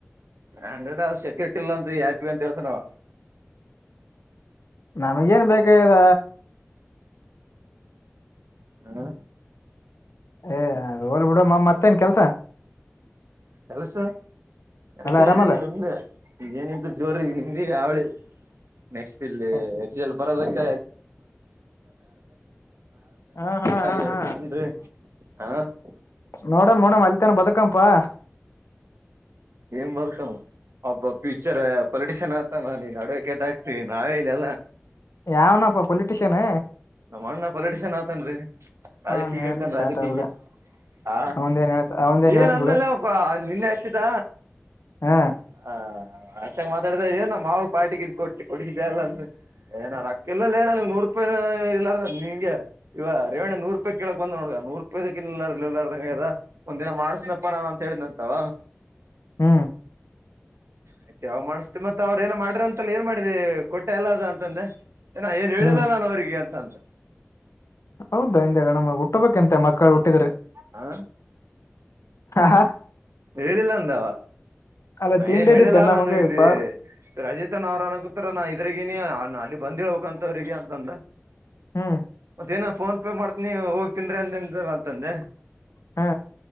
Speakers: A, on the right; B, on the left.
A: ಹಂಡ್ರೆಡ್ ಅವ ಸೆಕ್ಯೂರಿಟಿ ಇಲ್ಲ ಅಂತ ಯಾಕ ಅಂತ ಹೇಳ್ತ ನಾವ
B: ನಮಗಏನ್ ಬೇಕದ
A: ಹಾ
B: ಏ ರೋಲ್ ಬಿಡ ಮ ಮತ್ತೆ ಏನ್ ಕೆಲ್ಸ
A: ಕೆಲಸ ಕೆಲಸ
B: ಎಲ್ಲ ಆರಾಮಲ್ಲ
A: ಏನಿಲ್ಲ ನಿಮ್ದೆ ಏನತ್ತುುಜೋರ ನಿಮಗ ಅವಳಿ ನೆಕ್ಸ್ಟ್ ಇಲ್ಲಿ
B: ಹ
A: ಎಲ್ ಬರೋದಕ್ಕ
B: ಹಾ ಹ
A: ಎ
B: ಹಾ
A: <unintelligible>
B: ನೋಡಣ ನೋಡ ಮಲ್ತನ ಬದುಕಂಪಾ.
A: ಏನ್ ಬದ್ಕೋದು. ಒಬ್ಬ ಫ್ಯೂಚರ್ ಪೊಲಿಟಿಷಿನ್ ಆತ ನಾ ಈಗ ಅಡ್ವೊಕೇಟ್ ಆಗ್ತೀ ನಾವೇ ಇಲ್ಲಾ.
B: ಯಾವನಪ್ಪ ಪೊಲಿಟಿಷನ್.
A: ನಮನ್ನ ಪೊಲಿಟಷನ್ ಆತನ್ರಿ. ರಾಜಕೀಯಗ
B: ಅವನ್
A: ಇ
B: ಹೇಳ್ತಿ
A: ಳ್ತಾನ
B: ಶಾರ್ಟ್
A: ರಾಜಕಗಿ
B: ಆಗ್ಬಿಡ
A: ಹ
B: ಅವಂದೇನ್ ಹೇಳ್ತ ಅವಂದೇನ್
A: ಏನ್
B: ಹೇಳ್ತ್
A: ಅಂದಲ್ಲಲ.
B: ಬಿಡು
A: ಹ ನಿನ್ನೆ ಹಚ್ಚಿದ.
B: ಹ್ಮ.
A: ಹ ಅಷ್ಟೇ ಮಾತಾಡಿದ ಏನ ಮಾವಗ ಪಾರ್ಟಿ ಕೊಡ್ಸಿದಲ ಅಂತ. ಏನ ರಕ್ಕ ಇಲ್ಲಲೆ ನನ್ಗ ನೂರಪಾಯಿ ಇರಲ್ಲರ ನಿಂಗೆ ಇವ ರೇವಣ್ಣ ನೂರು ರೂಪಾಯಿ ಕಳಕ ಬಂದ ನೋಡ ನೂರ ರೂಪಾಯಿ ಕಿಲ್ಲರ ಇಲ್ಲಾರದಂಗ ಅಗ್ಯಾದ. ಒಂದ ದಿನ ಮಾಡ್ಸನಪ್ಪಾ ನಾನ ಅಂತ ಹೇಳಿದಂತವ.
B: ಹ್ಮ.
A: ಆಯ್ತ ಯಾವ ಮಾಡ್ತತಿ ಮತ್ತ ಅವ್ರ ಏನ ಮಾಡ್ರ ಅಂತಲ್ಲಿ ಏನ ಮಾಡಿದರಿ ಕೊಟ್ಟೆ ಎಲ್ಲ ಅದು ಅಂತಂದೆ. ಏನ ಏನ್ ಹೇಳಿಲ್ಲ
B: ಹ್ಮ್
A: ನಾನು ಅವರಿಗೆ ಅಂತ ಅಂದ.
B: ಹೌದಾ ಹಿಂದೆ ಗಣಮ ಹುಟ್ಟ ಬೇಕಂತೆ ಮಕ್ಕಳ ಹುಟ್ಟಿದ್ರೆ
A: ಹಾ
B: ಹಾ ಹಾ
A: ಹೇಳಿಲ್ಲ ಅಂದವ
B: ಅಲ್ಲ
A: ನಾ
B: ತಿಂಡಿದಿತ್ತ
A: ಏನ ಹೇಳಿಲ್ಲ
B: ನಮಗೆ
A: ನಾನು ಇಲ್ಲಿ
B: ಪಾ
A: ರಜಿತನ ಅವರ ಅನ ಗತ್ತರ ನಾ ಇದ್ರಗನಿ ಅಲ್ಲಿ ಬಂದಿಳ್ಬೇಕಂತವ್ರಿಗೆ ಅಂತಂದ.
B: ಹ್ಮ.
A: ದೇನ ಫೋನ್ ಪೇ ಮಾಡ್ತನಿ ಹೋಗ ತಿನ್ರಿ ಅಂದಂದ ಅಂತಂದೆ.
B: ಹಾ